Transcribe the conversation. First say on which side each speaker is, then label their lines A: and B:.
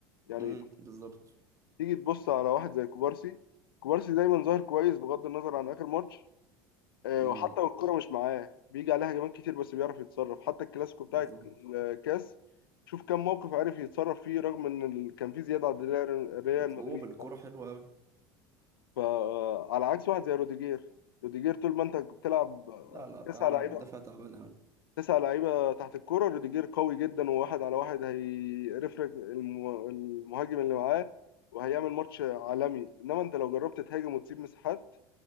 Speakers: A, on the left; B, on the right.
A: يعني
B: امم بالظبط
A: تيجي تبص على واحد زي كوبارسي كوبارسي دايما ظاهر كويس بغض النظر عن آخر ماتش آه،
B: امم
A: وحتى والكرة مش معاه بيجي عليها هجمات كتير بس بيعرف يتصرف حتى الكلاسيكو بتاع
B: بالظبط
A: الكاس شوف كم موقف عارف يتصرف فيه رغم ان ال- كان في زيادة عند ريال ريال
B: وطلوع
A: مدريد
B: بالكرة حلوة أوي
A: فعلى عكس واحد زي روديجير روديجير طول ما انت بتلعب
B: لا لا تعبان
A: تسع لعيبة
B: مدافع تعبان
A: تسع لعيبة تحت الكرة روديجير قوي جدا وواحد على واحد هيرفرك الم- المهاجم اللي معاه وهيعمل ماتش عالمي انما انت لو جربت تهاجم وتسيب مساحات